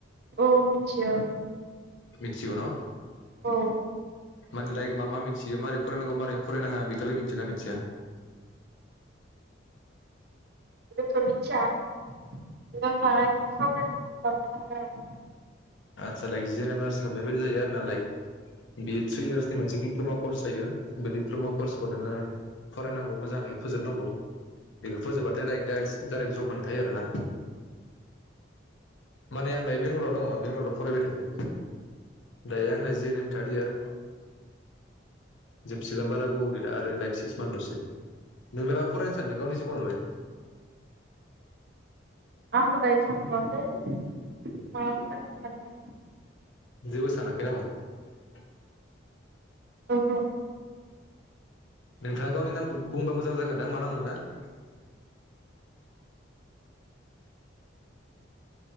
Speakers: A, on the right; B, on the left.
A: औ मिथियो।
B: मिथिगौ न?
A: औ।
B: माने लाय मा मा मिथियो मारै फरायनांगौ मारै फरायनाङा बेखौलाय मिथियो ना मिथिया?
A: बेथ' मिथिया नोंथाङा बेखौ सावरायनाङा <unintelligible>
B: आदसा लाइक जि एन एल नार्सिंव बेबायदि जायो आरो ना लाइक बे थ्रि इयार्सनि अब्ला मोनसे दिप्ल'मा कर्स जायो बे डिप्ल'मा कर्सखौ नोङो फरायनांगौ मोजाङै फोजोबनांगौ बेखौ फोजोबबाथाय लाइक डाइरेक्ट जब मोनखायो आरो ना माने आं दायो बेंगलराव दङ बेंगलराव फरायबाय थायो दायो आंना G N M third year जोबसिगोन बारा गोबाव गैला आरो लाइक सिक्स मान्थल'सै नोंलाय मा फरायनो सानदों गावनि जिबनावलाय?
A: आंखौ दायो सानथ'वाखै मा फरायनो <unintelligible>
B: जेबो साना? <unintelligible>
A: ओहो
B: नोंथाङा गावनि नामखौ बुंबा मोजां जागोनदां <unintelligible>